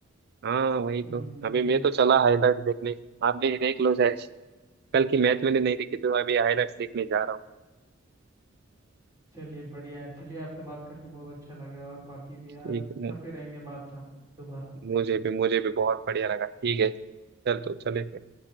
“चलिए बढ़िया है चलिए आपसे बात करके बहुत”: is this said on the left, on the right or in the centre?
Right